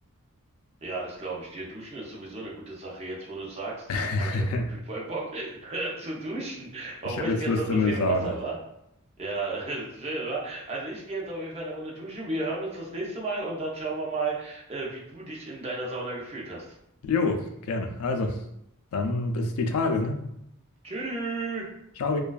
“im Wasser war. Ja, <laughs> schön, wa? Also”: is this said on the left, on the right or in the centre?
Right